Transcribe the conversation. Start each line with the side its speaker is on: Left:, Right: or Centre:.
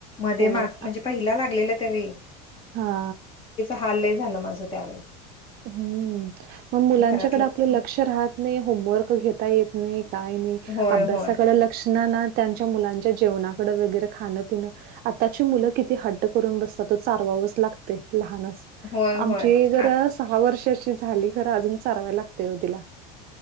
Left: मध्ये
Right: होय.
Left: मा म्हणजे पहिला लागलेल त्यावेळी.
Right: हा.
Left: हाय लय माझं त्यावेळी.
Right: हम्म मग मुलांच्याकडे
Left: घरात
Right: आपलं लक्ष
Left: नाही
Right: राहत नाय होमवर्क घेता येत नाय. काही नाई
Left: होय
Right: अभ्यासाकड
Left: होय
Right: लक्ष ना त्यांच्या मुलांच्या जेवणाकड वगैरे खाणं पिणं आताची मुलं किती हट्ट करून बसतात ओ चारवावच लागतय लहान
Left: होय होय
Right: आमची जर
Left: आ
Right: सहा वर्षाची झाली खर अजून चारवाय ला तेव तिला